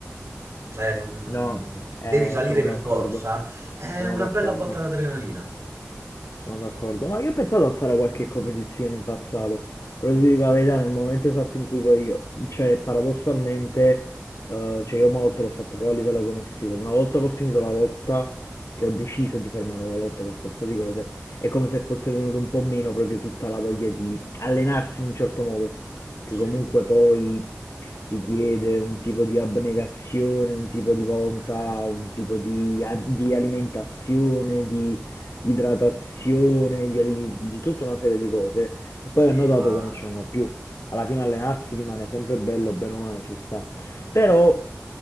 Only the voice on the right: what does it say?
cioè non
devi salire
per
forza, è
una
bella botta d'adrenalina.
Sì.
Eh,
sì,
ma